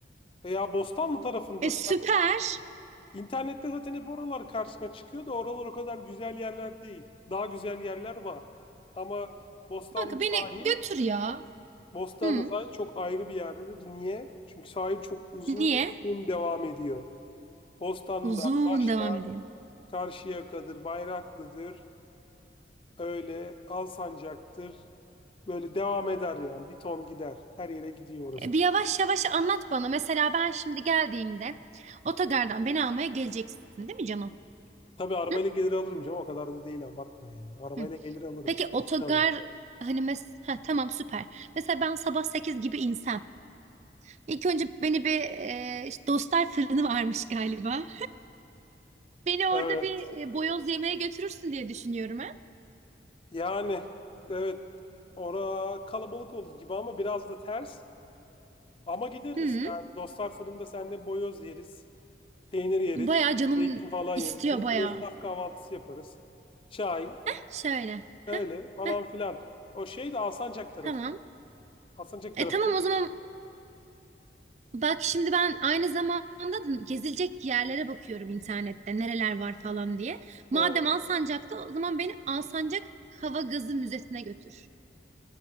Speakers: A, on the left (about 30°); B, on the right (about 40°).
A: Veya Bostanlı tarafındasın.
B: E süper.
A: İnternette zaten hep oralar karşına çıkıyor da oralar o kadar güzel yerler değil. Daha güzel yerler var. Ama Bostanlı
B: Kanka beni
A: sahil,
B: götür ya.
A: Bostanlı
B: Hı?
A: sahil çok ayrı bir yerdedir. Niye? Çünkü sahil çok uzun
B: Niye?
A: devam ediyor. Bostanlı'dan
B: Uzun
A: başla
B: devam ediyor.
A: Çarşıyaka'dır, Bayraklı'dır. Öyle Alsancak'tır. Böyle devam eder yani. Bir ton gider. Her yere gidiyor orası.
B: E,
A: Çok-
B: bir yavaş yavaş anlat bana. Mesela ben şimdi geldiğimde otogardan beni almaya geleceksin, değil mi canım?
A: Tabii arabayla
B: Hı?
A: gelir alırım canım. O kadar da değil abartma yani. Arabayla
B: Hı.
A: gelir alırım.
B: Peki otogar
A: Kesin alırım.
B: hani mes ha, tamam süper. Mesela ben sabah 8 gibi insem. İlk önce beni bir e, işte Dostlar fırını varmış galiba. Beni orada
A: Evet.
B: bir e, boyoz yemeğe götürürsün diye düşünüyorum ha.
A: Yani evet. Ora kalabalık olur gibi ama biraz da ters. Ama gideriz.
B: Hı.
A: Yani dostlar fırında seninle boyoz yeriz. Peynir yeriz.
B: Bayağı canım
A: Zeytin falan
B: istiyor
A: yeriz. Bildiğin
B: bayağı.
A: esnaf kahvaltısı yaparız. Çay.
B: Şöyle. Heh,
A: Öyle falan
B: heh,
A: filan. O şey de Alsancak tarafı.
B: tamam.
A: Alsancak
B: E
A: tarafında
B: tamam o zaman bak şimdi ben aynı zamanda da gezilecek yerlere bakıyorum internette nereler var falan diye. Madem
A: e,
B: Alsancak'ta o zaman beni Alsancak Hava Gazı Müzesi'ne götür.